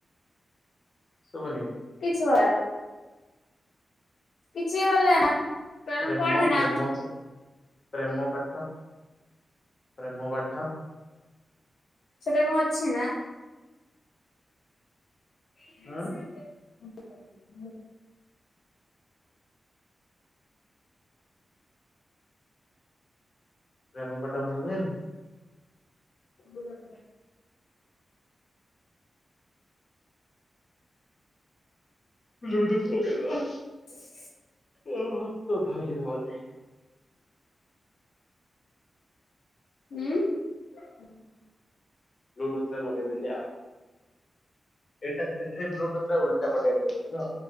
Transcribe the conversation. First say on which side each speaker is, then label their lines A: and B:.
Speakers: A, on the left (about 40°); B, on the left (about 75°).
A: ସୁବୁନି।
B: କିଛି ଭଲନା ନା କିଛି ବି ଭଲାଗେ ନା। ତେଣୁ
A: ପ୍ରେମ
B: ପଢେ
A: ପ୍ରେମ
B: ନା।
A: ପ୍ରେମ ସ ପାଠ ପ୍ରେମ ପାଠ।
B: ସେଟା କଣ ଅଛି ନା? <unintelligible>
A: ହୁଁ ପ୍ରେମ ପାଠ ଭଲ ଲାଗେନି।
B: <unintelligible>
A: ଲୁଟସ ବଗେରା।
B: <inaudible>
A: ଓ ତ ଭାରି ହ।
B: ଉଁ <inaudible>
A: ବ୍ଲୁଟୁଥ୍ ଟା ଲଗେଇଦେଲି ଆଉ। ଏଟା ଯେତେ ବ୍ଲୁଟୁଥ୍ ର ଉଲ୍ଟା ପଶେଇ ଦଉଚନ୍ତି ନୁହଁ?